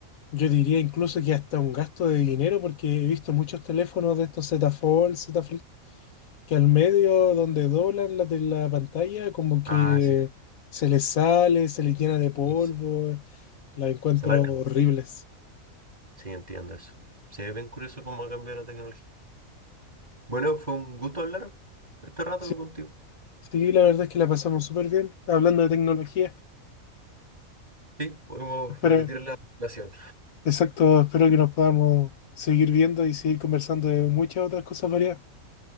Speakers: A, on the left; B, on the right.
A: Yo diría incluso que hasta un gasto de dinero, porque he visto muchos teléfonos de estos Z Fold, Z Flip, que al medio donde doblan la, de la pantalla, como
B: Ah,
A: que
B: sí.
A: se les sale, se les llena de polvo,
B: sí, sí.
A: la encuentro
B: Se marcan.
A: horribles.
B: Sí, entiendo eso. Sí, es bien curioso cómo ha cambiado la tecnología. Bueno, fue un gusto hablar este rato
A: Sí,
B: contigo.
A: sí, la verdad es que la pasamos súper bien hablando de tecnología.
B: Sí, podemos
A: Espero,
B: repetir la relación.
A: exacto, espero que nos podamos seguir viendo y seguir conversando de muchas otras cosas variadas,